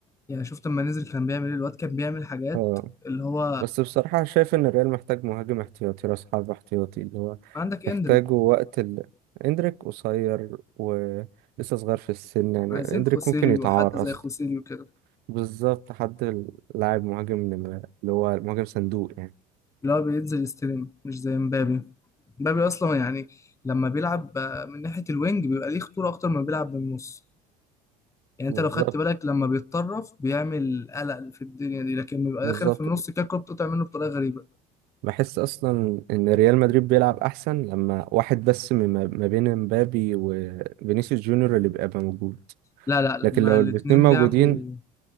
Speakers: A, on the left; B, on the right.
A: يعني شفت لما نزل كان بيعمل ايه الواد كان بيعمل حاجات
B: اه
A: اللي هو
B: بس بصراحة شايف إن الريال محتاج مهاجم احتياطي راس حربة احتياطي اللي هو
A: عندك
B: تحتاجه
A: اندريك
B: وقت ال... إندريك قصير ولسه صغير في السن يعني
A: عايزين
B: إندريك
A: خوسيليو
B: ممكن يتعار
A: حد زي
B: أصلا
A: خوسيليو كده
B: بالظبط حد لاعب مهاجم نم- اللي هو مهاجم صندوق يعني
A: اللي هو بينزل يستلم مش زي مبابي مبابي اصلا يعني لما بيلعب آه، من ناحيه الوينج بيبقى ليه خطوره اكتر ما بيلعب من النص يعني انت
B: بالظبط
A: لو خدت بالك لما بيتطرف بيعمل قلق في الدنيا دي لكن بيبقى
B: بالظبط
A: داخل في النص كده الكوره بتقطع منه بطريقه غريبه
B: بحس اصلا ان ريال مدريد بيلعب احسن لما واحد بس من ما بين امبابي وفينيسيوس جونيور اللي بيبقى موجود
A: لا لا لما
B: لكن لو
A: الاثنين
B: الاتنين موجودين
A: لعبوا